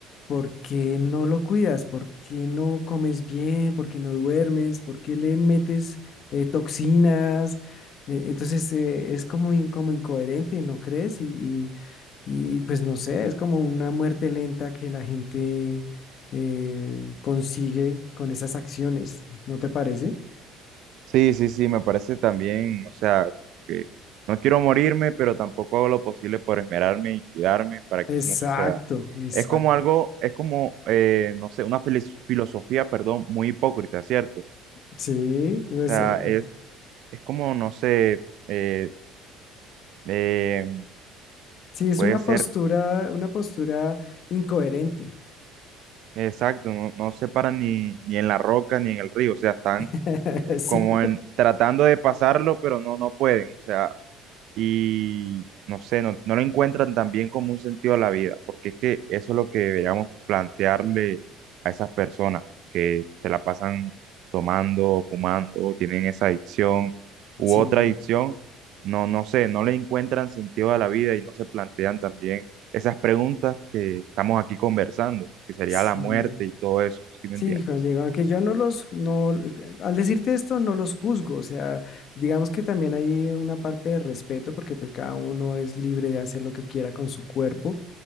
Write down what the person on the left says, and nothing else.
¿por qué no lo cuidas? ¿Por qué no comes bien? ¿Por qué no duermes? ¿Por qué le metes eh, toxinas? Eh, entonces eh, es como, in- como incoherente, ¿no crees? Y, y- y, pues no sé, es como una muerte lenta que la gente eh, consigue con esas acciones, ¿no te parece?
Exacto,
exacto.
Sí, eso,
Sí, es
una
postura, una postura incoherente.
<laughs> Sí.
Sí,
sí,
sí,
Juan Diego, aunque yo no los, no, al decirte esto, no los juzgo, o sea, digamos que también hay una parte de respeto porque pues cada uno es libre de hacer lo que quiera con su cuerpo,